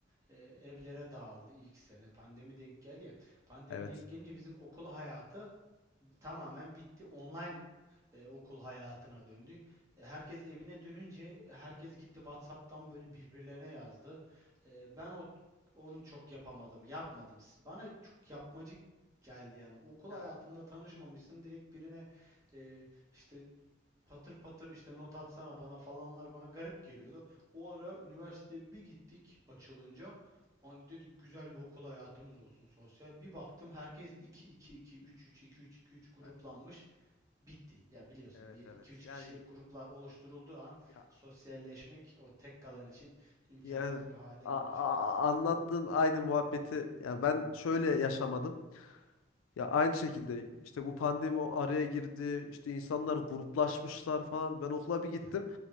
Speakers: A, on the right; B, on the left.
A: e, evlere dağıldı ilk sene. Pandemi denk geldi ya. Pandemi
B: Evet.
A: denk gelince bizim okul hayatı tamamen bitti. Online e, okul hayatına döndü. E, herkes evine dönünce herkes gitti WhatsApp'tan böyle birbirlerine yazdı. E, ben o onu çok yapamadım, yapmadım. Bana çok yapmacık geldi yani. Okul
B: Ya
A: hayatında tanışmamışsın direkt birine e, işte patır patır işte not atsana bana falanlar bana garip geliyordu. O ara üniversiteye bir gittik açılınca. Hani dedik güzel bir okul hayatımız olsun sosyal. Bir baktım herkes iki iki iki üç üç iki üç iki üç gruplanmış
B: e,
A: bitti. Ya biliyorsun
B: evet
A: bir
B: evet.
A: iki üç
B: Yani
A: kişilik gruplar oluşturulduğu an
B: ya
A: sosyalleşmek o tek kalan için imkansız
B: yani
A: bir hale
B: a-
A: geliyor
B: a-
A: açıkçası.
B: anlattığın aynı muhabbeti ya ben şöyle yaşamadım. Ya aynı şekilde işte bu pandemi o araya girdi. işte insanlar gruplaşmışlar falan. Ben okula bir gittim.
A: Hı hı.